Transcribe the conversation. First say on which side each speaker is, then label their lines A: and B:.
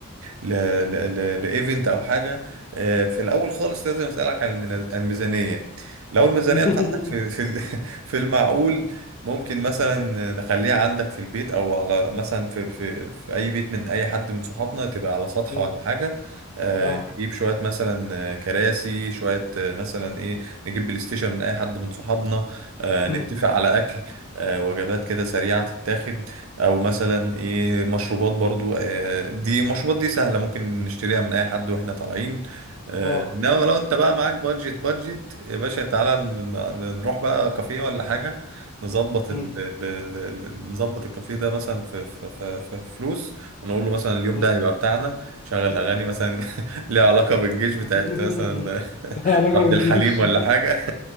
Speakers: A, on the right; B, on the left.
A: ل... ل... ل... لايفنت او حاجه آه، في الاول خالص لازم اسالك على الميلا- الميزانيه لو الميزانيه
B: <laughs>
A: بتاعتك في في ال- <laughs> في المعقول ممكن مثلا نخليها عندك في البيت او على مثلا في في في اي بيت من اي حد من صحابنا تبقى على سطح
B: مم.
A: ولا حاجه آه،
B: اه
A: نجيب شويه مثلا آه، كراسي شويه آه، مثلا ايه نجيب بلاي ستيشن من اي حد من صحابنا آه،
B: مم.
A: نتفق على اكل آه، وجبات كده سريعة تتاخد أو مثلا إيه مشروبات برضو آه، دي مشروبات دي سهلة ممكن نشتريها من أي حد وإحنا طالعين آه،
B: اه
A: إنما لو أنت بقى معاك بادجت بادجت يا باشا تعالى ن- ن- نروح بقى كافيه ولا حاجة نظبط ال...
B: مم.
A: ال- ال- ال- نظبط الكافيه ده مثلا في في في في فلوس ونقول له مثلا اليوم
B: مم.
A: ده هيبقى بتاعنا شغل أغاني مثلا <laughs> ليها علاقة بالجيش بتاعت
B: <laughs>
A: مثلا <laughs>
B: علاقه
A: عبد
B: بالجيش
A: الحليم ولا حاجة